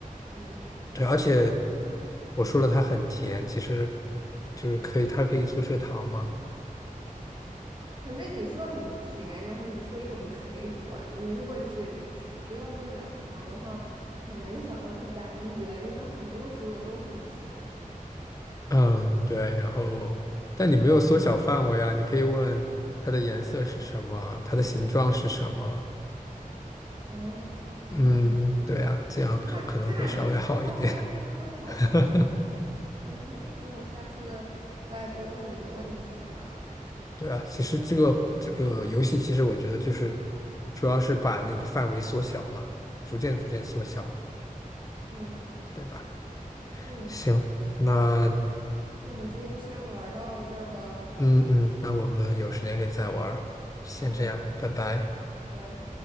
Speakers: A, on the right; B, on the left.
A: 嗯，
B: 对，而且我说了它很甜，其实就是可以，它可以做蔗糖嘛。
A: 可是你说很甜，然后你说一种水果，你如果只只知道这两条的话，很难想到是甘蔗，因为很多水果都很甜。
B: 嗯，对，然后但你没有缩小范围啊，你可以问它的颜色是什么，它的形状是什么。
A: 哦，OK，
B: 嗯，对啊，这样可能会稍微好一点。
A: 那那 OK OK，那好吧，
B: <laughs>
A: 那好吧，OK，那我下次再多问几个问题吧。
B: 对啊，其实这个这个游戏，其实我觉得就是主要是把那个范围缩小嘛，逐渐逐渐缩小，
A: 嗯
B: 对吧？
A: 嗯。
B: 行，那
A: 那我们今天就先玩到这儿吧。
B: 嗯嗯，那我们有时间可以再玩儿，先这样，
A: 好的，
B: 拜拜。
A: 拜拜。